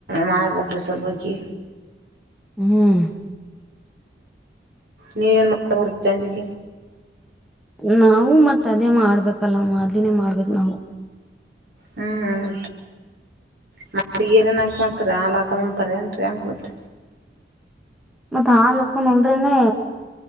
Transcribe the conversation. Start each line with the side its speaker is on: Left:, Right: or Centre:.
Right: ಮಾಡಬೇಕ್ರಸಬಕಿ
Centre: ಹ್ಮ್
Right: ನೀ ಇನ್ ಮಾಡರ್ ಚಜಿಕ
Centre: ನಾವು ಮತ್ತತ್ ಅದೇ ಮಾಡ್ಬೇಕಲ್ಲ ಅದಿನೇ ಮಾಡ್ಬೇಕು ನಾವು
Right: ಹ್ಮ್ ನ್ರಿ ನ ಏನೇನ್ ಹಾಕ ಮಾಡ್ತಾರ ಹಾಲ್ ಹಾಕಂತಾರ ಏನ್ರಿಂಗ ಹಿದ
Centre: ಮತ್ತತ್ ಹಾಲ್ಕ್ಕಂಡ್ರೇನೆೇ